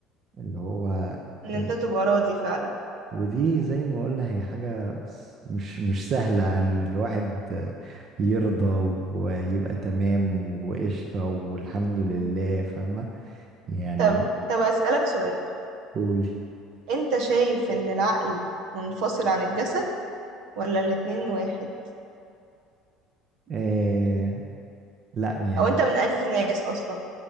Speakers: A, on the right; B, on the right.
A: اللي هو
B: ان
A: إيه
B: انت تبقى راضي فعلا
A: ودي زي ما قلنا هي حاجة س- مش مش سهلة ان الواحد يرضى ويبقى تمام وقشطة والحمد لله فاهمة يعني
B: طب طب أسألك سؤال
A: قولي
B: انت شايف ان العقل منفصل عن الجسد ولا الاتنين واحد
A: إيه لا يعني
B: او انت من انهي ناس اصلا